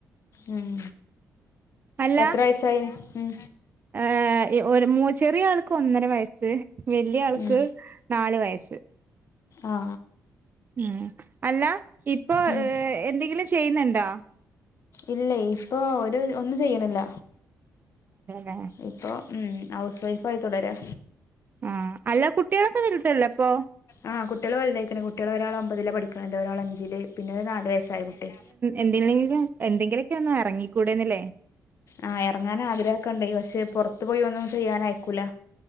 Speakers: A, on the left; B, on the right.
A: ഉം
B: അല്ല
A: എത്ര വയസ്സായി ഉം,
B: ഏഹ് ഒരു മൂ ചെറിയ ആൾക്ക് ഒന്നര വയസ്സ് വെല്യാൾക്ക്
A: ഉം,
B: നാല് വയസ്സ്
A: ആ
B: ഉം അല്ല ഇപ്പൊ
A: ഉം.
B: എന്തെങ്കിലും ചെയ്യ്ന്ന്ണ്ടോ
A: ഇല്ല ഇപ്പൊ ഒരു ഒന്നും ചെയ്യ്ണില്ല
B: തേലെ
A: ഇപ്പൊ ഉം ഹൗസ് വൈഫായി തുടരാ
B: ആ അല്ല കുട്ട്യാളൊക്കെ വെൽതല്ലപ്പൊ
A: ആഹ് കുട്ട്യാള് വെൽതായ്ക്ക്ണ് കുട്ട്യാള് ഒരാള് ഒമ്പതില പഠിക്ക്ണത് ഒരാളഞ്ചില് പിന്നൊരു നാല് വയസ്സായ കുട്ട്യാ
B: എന്തില്ലെങ്കിലും എന്തെങ്കിലൊക്കൊന്ന് എറങ്ങിക്കൂടെന്നില്ലേ
A: ആ എറങ്ങാൻ ആഗ്രഹക്കൊണ്ട് പക്ഷെ പൊർത്ത് പോയി ഒന്നും ചെയ്യാനയക്കൂല